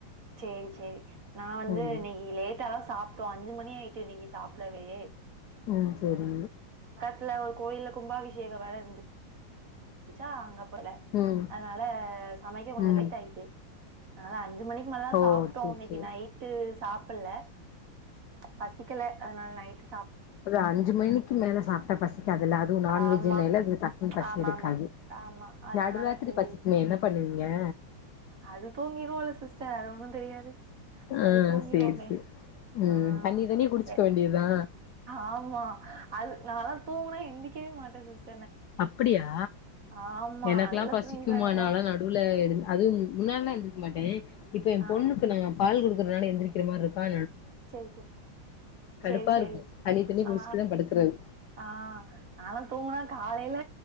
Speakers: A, on the right; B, on the left.
A: சேரி சேரி நா வந்து
B: ம்
A: இன்னைக்கி லேட்ட தா சாப்ட்டோ அஞ்சு மணியாயி ட்டு இன்னைக்கு சாப்டவே
B: ம் சேரி
A: த்துல ஒரு கோயில்ல கும்பாபிஷேகம் வேர இருந்து ச்சா அங்க போன
B: ம்
A: அதனால சமைக்க கொஞ்சம்
B: ம்
A: லேட் ஆயிட்டு அதனால அஞ்ச மணிக்கு மேலதா
B: ஓ
A: சாப்பிட்டோம்
B: சேரி
A: இன்னைக்கி
B: சேரி
A: நைட்டு சாப் புட்ல்ல பசிக்கல அதனால நைட்
B: ஒரு அஞ்சு மணிக்கு மேல சாப்ட்டா பசிக்காது இல்ல அதுவு நான்வெஜீ
A: ஆமா
B: இன்னைல டக்குன்னு பசி
A: ஆமா
B: எடுக்காது
A: ஆமா ஆமா அதனால
B: நடுராத்திரி
A: சேரி
B: பசிக்குமே என்ன பண்ணுவீ ஏ
A: அது தூங்கிருவோல சிஸ்டர் அது ஒண்ணு தெரியாது
B: ஆ
A: அது தூங்கிருவோமே
B: சரி சரி ம்
A: ஆ
B: தண்ணி தணிய குடிச்சுக்க
A: எ
B: வேண்டியதா
A: ஆமா அது நால்லா தூங்குனா எந்திக்கவே மாட்டே சிஸ்
B: அப்படியா
A: ஆமா
B: எனக்கெல்லா
A: நல்லா
B: பசிக்கும்மா
A: தூங்கிருவே எனக்கெல்லா
B: நால்லா நடுவுல எழுந் அதுவு முன்னால்லா ஏந்திரிக்க மாட்டே இப்ப என்
A: ஆ
B: பொண்ணுக்கு
A: ஆ
B: நாங்க பால் குடு அதனால எந்திரிக்கிற மாருக்க
A: சரி சரி
B: கடுப்பா
A: சரி சரி
B: இருக்கு தண்ணி தண்ணி
A: அ
B: குடிச்சிட்டுதா படுக்கறது
A: ஆ ஆ நாலா தூங்கினா காலைய்ல